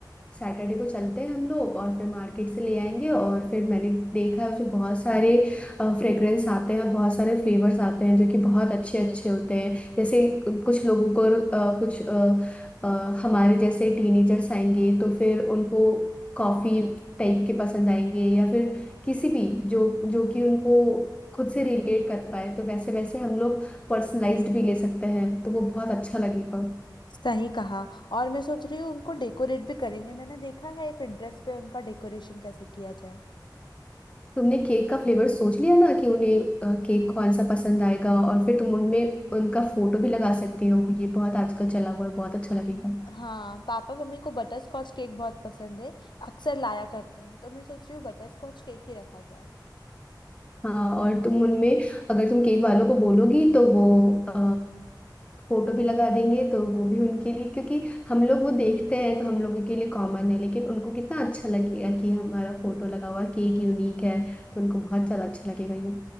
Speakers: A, on the left; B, on the left.
A: सैटरडे को चलते हैं हम लोग और फिर मार्केट से ले आएंगे और फिर मैंने देखा है उसमें बहुत सारे फ्रेग्रेंस आते हैं और बहुत सारे फ्लेवर्स आते हैं जो कि बहुत अच्छे अच्छे होते हैं जैसे कुछ लोगों को अ, कुछ अ, अ, हमारे जैसे टीनेजर्स आएंगे तो फिर उनको कॉफी टाइप के पसंद आएंगे या फिर किसी भी जो जो कि उनको खुद से रिलेट कर पाए तो वैसे वैसे हम लोग पर्सनलाइज्ड भी ले सकते हैं तो वो बहुत अच्छा लगेगा
B: सही कहा और मैं सोच रही हूँ उनको डेकोरेट भी करेंगे मैंने देखा है पिंटरेस्ट पे उनका डेकोरेशन कैसे किया जाए
A: तुमने केक का फ्लेवर सोच लिया ना कि उन्हें अ, केक कौन सा पसंद आएगा और फिर तुम उनमें उनका फोटो भी लगा सकती हो ये बहुत आजकल चला हुआ है बहुत अच्छा लगेगा
B: हाँ पापा मम्मी को बटर स्कॉच केक बहुत पसंद है अक्सर लाया करते हैं तो मैं सोच रही हूँ बटर स्कॉच केक ही रखा जाए
A: हाँ और तुम उनमें अगर तुम केक वालों को बोलोगी तो वो अ, फोटो भी लगा देंगे तो वो भी उनके लिए क्योंकि हम लोग वो देखते हैं तो हम लोगों के लिए कॉमन है लेकिन उनको कितना अच्छा लगेगा कि हमारा फोटो लगा हुआ केक यूनिक है तो उनको बहुत ज्यादा अच्छा लगेगा ये